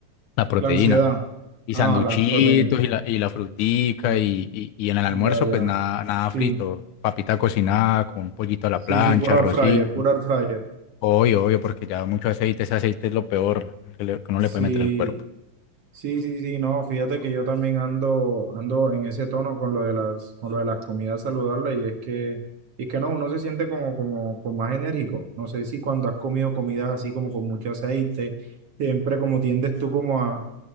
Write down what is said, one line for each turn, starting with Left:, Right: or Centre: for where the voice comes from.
Left: la proteína.
Right: La ansiedad.
Left: Y
Right: Ah,
Left: sanduchitos
Right: la proteína.
Left: y la, y la frutica
Right: Ah,
Left: y, y, y en el almuerzo
Right: ya, ya.
Left: pues nada, nada
Right: Sí.
Left: frito, papita cocinada con un pollito a la
Right: Sí,
Left: plancha,
Right: sí, puro
Left: arrocito.
Right: air fryer, puro air fryer.
Left: Obvio, obvio, porque ya mucho aceite, ese aceite es lo peor que, le- que uno
Right: Sí,
Left: le puede meter al cuerpo.
Right: sí, sí, sí, no, fíjate que yo también ando, ando en ese tono con lo de las, con lo de las comidas saludables y es que, y es que no, uno se siente como, como, como más enérgico. No sé si cuando has comido comidas así como con mucho aceite, siempre como tiendes tú como